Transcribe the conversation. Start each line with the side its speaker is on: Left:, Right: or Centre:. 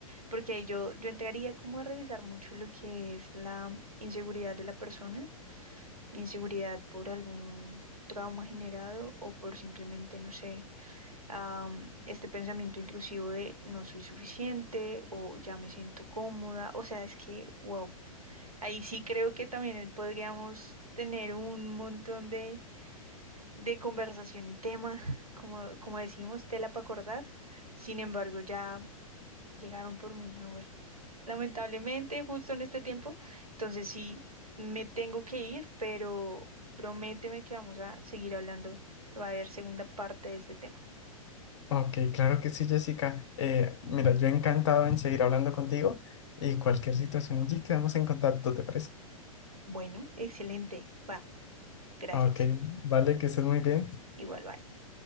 Right: porque ahí yo, yo entraría como a revisar mucho lo que es la inseguridad de la persona, inseguridad por algún trauma generado o por simplemente, no sé, am, este pensamiento intrusivo de no soy suficiente o ya me siento cómoda, o sea, es que, wow, ahí sí creo que también podríamos tener un montón de de conversación y tema, como, como decimos, tela para acordar. Sin embargo, ya llegaron por mí, a ver, lamentablemente, justo en este tiempo. Entonces sí, me tengo que ir, pero prométeme que vamos a seguir hablando. Va a haber segunda parte de este tema.
Left: Ok, claro que sí, Jessica. Eh, mira, yo encantado en seguir hablando contigo y cualquier situación allí quedamos en contacto, ¿te parece?
Right: Bueno, excelente. Va, gracias.
Left: Ok, vale, que estés muy bien.
Right: Igual, bye.